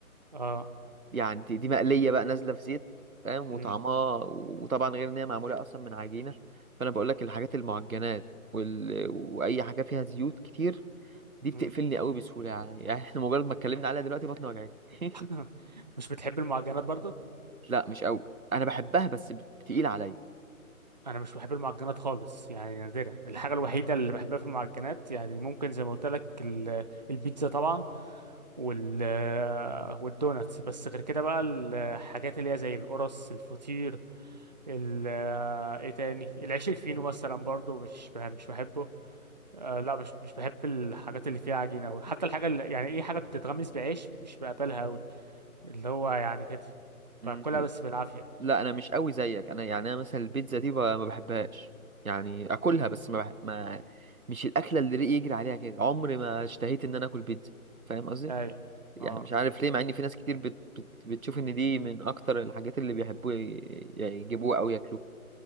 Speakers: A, on the right (about 30°); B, on the right (about 70°).
A: اه
B: يعني دي, دي مقلية بقى نازلة في زيت فاهم وطعمها
A: أمم،
B: وطبعا غير ان هي معمولة اصلا من عجينة فانا بقول لك الحاجات المعجنات وال... واي حاجة فيها زيوت كتير دي بتقفلني
A: أمم.
B: قوي بسهولة يعني يعني احنا مجرد ما اتكلمنا عليها دلوقتي بطني وجعتني <laughs>
A: <laughs> مش بتحب المعجنات برضه
B: لا مش قوي انا بحبها بس بت- بتقيل عليا
A: انا مش بحب المعجنات خالص يعني نادرا الحاجه الوحيده اللي بحبها في المعجنات يعني ممكن زي ما قلت لك ال- البيتزا طبعا وال والدوناتس بس غير كده بقى الحاجات اللي هي زي القرص الفطير ال ايه تاني العيش الفينو مثلا برضو مش بح- مش بحبه آه لا مش مش بحب الحاجات اللي فيها عجينه قوي حتى الحاجه اللي يعني ايه حاجه بتتغمس بعيش مش بقبلها قوي اللي هو يعني كده
B: امم
A: باكلها بس بالعافيه
B: لا انا مش قوي زيك انا يعني انا مثلا البيتزا دي ب- ما بحبهاش يعني اكلها
A: مم.
B: بس ما, بح... ما مش الاكله اللي ريقي يجري عليها كده عمري ما اشتهيت ان انا اكل بيتزا فاهم قصدي
A: اي
B: يعني
A: اه
B: مش عارف ليه مع ان في ناس كتير بت... بت... بتشوف ان دي من اكتر الحاجات اللي بيحبوا ي... يجيبوها او ياكلوها